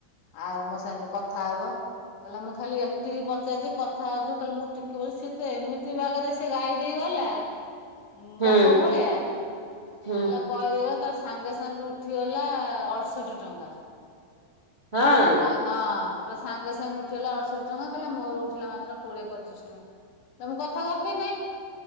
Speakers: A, on the left; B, on the right.
A: ଆଉ ମୋ ସାଙ୍ଗେ ଟିକେ କଥା ହବ। କହିଲା ମୁଁ ଖାଲି ଏତିକି ପଚାରିଚି, କଥା ହଉଚୁ, କହିଲେ ମୁଁ ଟିକେ ପଛ, ସିଏ ତ ଏମିତି ବାଗରେ ସେ ଗାଈ ଦେଇ ଗଲା ଉଁ
B: ହୁଁ
A: ଗପ ଭଳିଆ
B: ହୁଁ ହୁଁ
A: ହେଲା କହିଦେଲା, ତ ସାଙ୍ଗେ ସାଙ୍ଗେ ଉଠିଗଲା ଅଢ଼ଷଠି ଟଙ୍କା।
B: ହଁ।
A: ଆ ହଁ, କଇଲା ସାଙ୍ଗେ ସାଙ୍ଗେ ଉଠିଗଲା ଅଢଷଠି ଟଙ୍କା, କହିଲା ମୋର ଉଠିଲା ମାତ୍ର କୋଡିଏ ପଚିଶ ଟଙ୍କା। ତ ମୁଁ କଥା ଗପିିନାଇଁ,